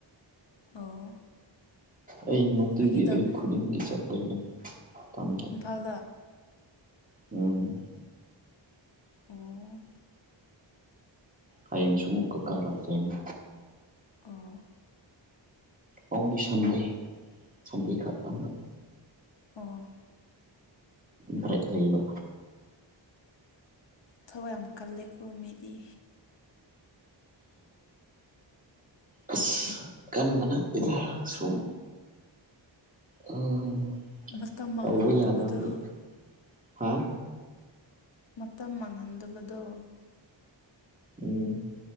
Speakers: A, on the left; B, on the right.
A: ꯑꯣ
B: ꯑꯩ ꯅꯨꯡꯇꯤꯒꯤ
A: ꯐꯥꯒꯤ ꯇꯧꯕꯅꯦ
B: ꯑꯌꯨꯛ ꯈꯨꯗꯤꯡꯒꯤ ꯆꯠꯂꯦ ꯃꯇꯝꯗ
A: ꯏꯝꯐꯥꯜꯗ
B: ꯎꯝ
A: ꯑꯣ
B: ꯍꯌꯦꯡ ꯁꯨꯃꯨꯛꯀ ꯀꯥꯔꯛꯇꯣꯏꯅꯤ
A: ꯑꯣ
B: ꯑꯣꯡꯂꯤ ꯁꯟꯗꯦ ꯁꯟꯗꯦ ꯈꯛꯇꯪꯗ
A: ꯑꫭ
B: ꯕ꯭ꯔꯛ ꯂꯩꯕ
A: ꯊꯕꯛ ꯌꯥꯝ ꯀꯜꯂꯦꯀꯣ ꯃꯤꯗꯤ
B: ꯑꯁ ꯀꯟꯕ ꯅꯠꯇꯦꯗ ꯁꯨꯝ ꯎꯝ
A: ꯃꯇꯝ ꯃꯥꯡꯍꯟꯗꯕꯗꫭ
B: ꯇꯧꯕ ꯌꯥꯗꯕꯒꯤ ꯍꯥ
A: ꯃꯇꯝ ꯃꯥꯡꯍꯟꯗꯕꯗꯣ
B: ꯎꯝ